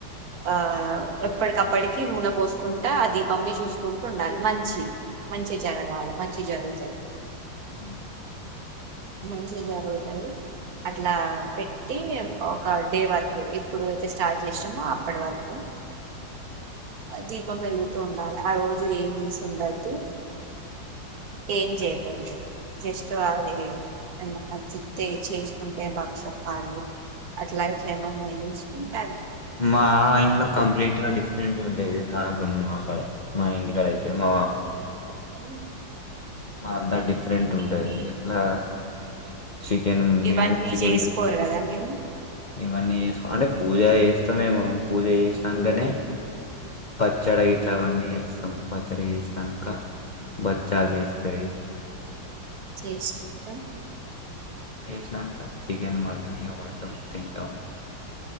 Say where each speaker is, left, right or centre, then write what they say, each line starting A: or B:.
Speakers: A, on the right; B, on the left.
A: ఆ ఎప్పటికప్పటికి నూనె పోస్కుంటా ఆ దీపంన్ని చూస్కుంటుండాలి మంచి మంచి జరగాలి మంచి జరుగుతది.
B: మ్
A: మంచిగా రోజు అట్లా పెట్టి ఒక డే వరకు ఎప్పుడు నుంచి స్టార్ట్ చేసినమో అప్పటి వరకు దీపం వెలుగుతూ ఉండాల. ఆ రోజు ఏం నీసు వండద్దు ఏం చేయకూడదు జస్ట్ అదే ఎం
B: ఓకే
A: చే చేసుకుంటే బా చెప్పాలి అట్లా ఇట్ల ఎన్నో <unintelligible>
B: మా ఇంట్లో కంప్లీట్గా డిఫ్రెంట్గుంటది నా సమా ఆ మా ఇంటికాడ అయితే మావా
A: అ
B: మా అంతా డిఫరెంట్ ఉంటది ఎట్లా చికెన్ మేమైతే
A: ఇవన్నీ
B: చికెన్
A: చేసుకోరు కదా మీరు
B: ఇవన్నీ చేసుకొ అంటె పూజ చేస్తాం ఏమో పూజ చేసినంకనే
A: ఉమ్,
B: పచ్చడి ఇట్లా అవన్ని చేస్తం పచ్చడ చేస్ నంక బచ్చాల్ వేస్తాయి
A: చేష్ నంక
B: చేస్నాంక చికెన్ మటన్ ఇగ వండుతం తిం టాన్